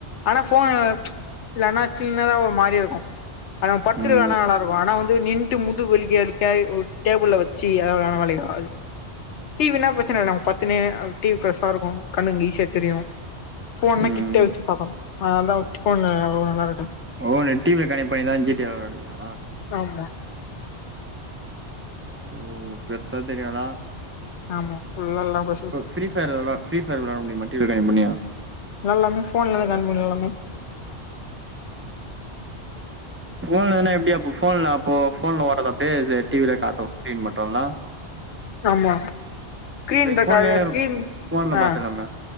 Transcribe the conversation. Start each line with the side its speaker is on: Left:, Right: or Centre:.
Left: ஆனா ஃபோன் வெளையாட்னா சின்னதா ஒரு மாரியா இருக்கு ஆனா படுத்துட்டு
Right: ம்
Left: விளையாட்னா நல்லா இருக்கு ஆனா வந்து நின் ன்டு முது வலிக்க வலிக்க ஒரு டேபிள்ல வச்சி அதலா விளையாட்னா வேலைக்கு ஆவாது டி வி னா பிரச்சன இல்ல நம்ம படுத்துனே டி வி பெருசா இருக்கு கண்ணுக்கு ஈஷியா தெரியு ஃபோன்னா
Right: ம்
Left: கிட்ட வெச்சி பாக்குனு அதனால் தா ஃபோன்ல அவ்ளோவா நல்லாருக்காது
Right: ஓ நீ டி வி ல கனெக்ட் பண்ணிதா ஜி டி விளாடுவியா
Left: ஆமா
Right: ஓ பெருசா தெரியாத
Left: ஆமா ஃபுல்லா லவ்வர்ஸ்
Right: இப்ப ஃப்ரீ ஃபயர் விளையாட் ஃப்ரீ ஃபயர் விளையாட முடியுமா டி வி ல கனெக்ட் பண்ணி
Left: விளையாட்லாமே ஃபோன்ல கனெக்ட் பண்ணி விளையாட்லாமே
Right: ஃபோன்லனா எப்டி அப்போ ஃபோன்ல அப்போ ஃபோன்ல வராதா அப்டியே இது டி வி ல காட்டோ ஸ்கரீன் மட்டுல்லா <inaudible>
Left: ஆமா ஸ்கிரீன் ரெக்கார்டர்
Right: ஃபோன்லயே
Left: ஸ்கிரீன்
Right: ஃபோன்ல பாத்துலாமே
Left: ஆ